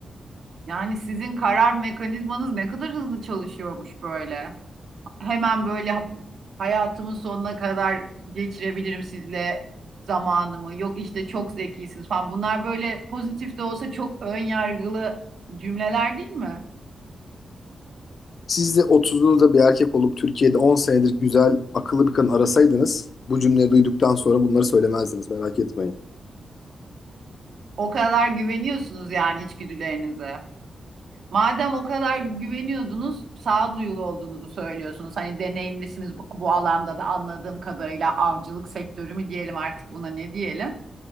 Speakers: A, on the right (about 60°); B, on the left (about 50°).
A: Yani sizin karar mekanizmanız ne kadar hızlı çalışıyormuş böyle. hemen böyle ha- hayatımın sonuna kadar geçirebilirim sizle zamanımı. Yok işte çok zekisiniz falan. Bunlar böyle pozitif de olsa çok ön yargılı cümleler değil mi?
B: Siz de 30'unuzda bir erkek olup Türkiye'de 10 senedir güzel, akıllı bir kadın arasaydınız bu cümleyi duyduktan sonra bunları söylemezdiniz merak etmeyin.
A: O kadar güveniyorsunuz yani içgüdülerinize. Madem o kadar güveniyordunuz, sağduyulu olduğunuzu söylüyorsunuz. Hani deneyimlisiniz bu, bu alanda da anladığım kadarıyla avcılık sektörü mü diyelim artık buna ne diyelim?